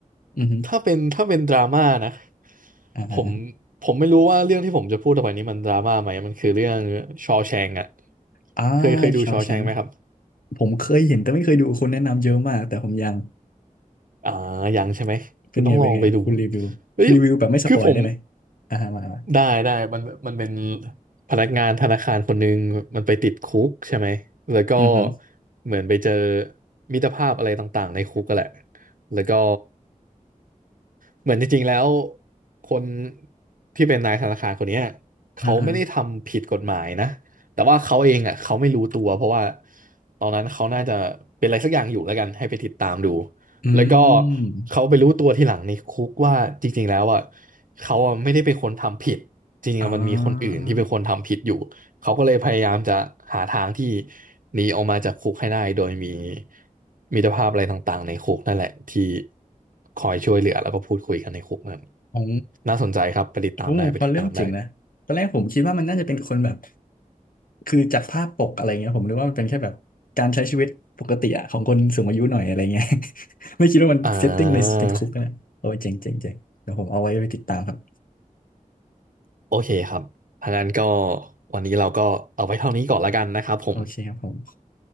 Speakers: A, on the left (about 80°); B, on the right (about 75°).
A: อือฮึ
B: ถ้าเป็นถ้าเป็นดราม่านะ
A: อ่า
B: ผมผมไม่รู้ว่าเรื่องที่ผมจะพูดต่อไปนี้มันดราม่าไหมมันคือเรื่องชอ w แชง k อะ
A: อ่า
B: เคยเคยดูชอ
A: ชอแชงค์
B: w แชง k ไหมครับ
A: ผมเคยเห็นแต่ไม่เคยดูคนแนะนำเยอะมากแต่ผมยัง
B: อ่ายังใช่ไหมคุณต้องลองไปดู
A: เป็นไงเป็นไงคุณรีวิวรีวิวแบบไม่สปอยได้ไหม
B: เฮ้ยคือผม
A: อ่าฮะมามา
B: ได้ได้มันมันเป็นพนักงานธนาคารคนหนึ่งมันไปติดคุกใช่ไหมแล้วก็
A: อือฮึ
B: เหมือนไปเจอมิตรภาพอะไรต่างๆในคุกก็แหละแล้วก็เหมือนจริงๆแล้วคนที่เป็นนายธนาคารคนเนี้ยเขาไม่ได้ทำผิดกฎหมายนะแต่ว่าเขาเองอ่ะเขาไม่รู้ตัวเพราะว่า
A: อ่าฮะ
B: ตอนนั้นเขาน่าจะเป็นอะไรสักอย่างอยู่แล้วกันให้ไปติดตามดู
A: อืม
B: แล้วก็เขาไปรู้ตัวทีหลังในคุกว่าจริงๆแล้วอ่ะเขาอะไม่ได้เป็นคนทำผิดจริงๆอะมันมีคนอื่นที่เป็นคนทำผิดอยู่เขาก็เลยพยายามจะหาทางที่
A: อ่า
B: หนีออกมาจากคุกให้ได้โดยมีมิตรภาพอะไรต่างๆในคุกนั่นแหละที่คอยช่วยเหลือแล้วก็พูดคุยกันในคุกนั่น
A: อ๋อ
B: น่าสนใจครับไปติดตามได้ไปติดตามได้
A: โอ้พอเรื่องเจ๋งนะตอนแรกผมคิดว่ามันน่าจะเป็นคนแบบคือจากภาพปกอะไรเงี้ยผมนึกว่ามันเป็นแค่แบบการใช้ชีวิตปกติอะของคนสูงอายุหน่อยอะไรเงี้ย <laughs> ไม่คิดว่ามันเซตติ้งในติดคุกนะโอ้ยเจ๋งเจ๋งเจ๋งเดี๋ยวผมเอาไว้ไปติดตามครับ
B: อ่าโอเคครับทางนั้นก็วันนี้เราก็เอาไว้เท่านี้ก่อนละกันนะครับผม
A: โอเคครับผม